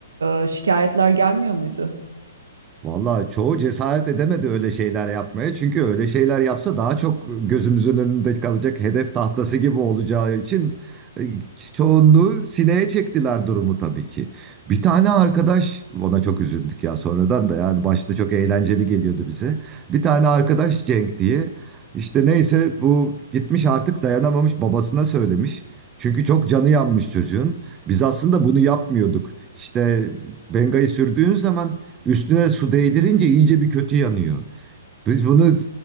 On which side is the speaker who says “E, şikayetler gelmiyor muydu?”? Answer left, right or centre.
Right